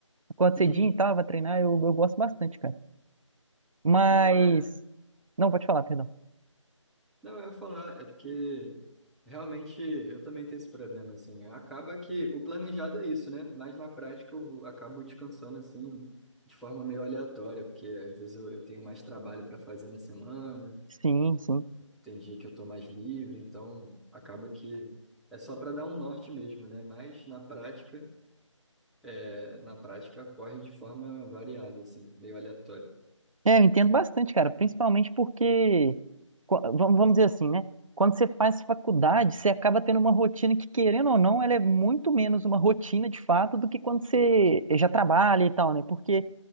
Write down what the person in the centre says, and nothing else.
Uhum.
Não, é,
Não, eu ia falar, é porque realmente eu também tenho esse problema, assim. Acaba que o planejado é isso, né? Mas na prática eu acabo descansando, assim, de forma meio aleatória, porque às vezes eu, eu tenho mais trabalho para fazer na semana,
tem dia que eu tô mais livre, então acaba que é só para dar um norte mesmo, né? Mas na prática, é, na prática corre de forma variada, assim, meio aleatória.